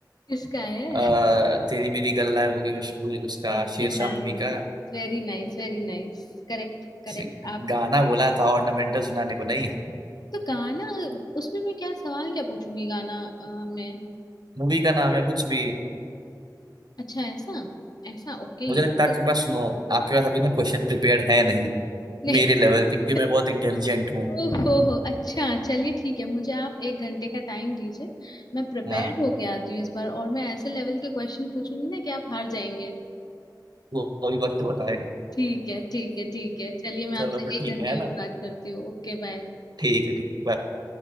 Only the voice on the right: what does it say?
अ, तेरी मेरी गल्ला होगी मशहूर उसका
शेरशाह
मूवी का
से-
गाना बोला था ऑर्नामेंटल सुनाने को नहीं
मूवी का नाम या कुछ भी
मुझे
लगता है आपके पास सुनो आपके पास अभी ना क्वेश्चन प्रिपेयर्ड है नहीं
मेरे लेवल के क्योंकि मैं
बहुत इंटेलिजेंट हूँ
हाँ
वो अभी वक्त बताएगा
चलो
फिर
ठीक
है ना
ठीक है ठीक है बाय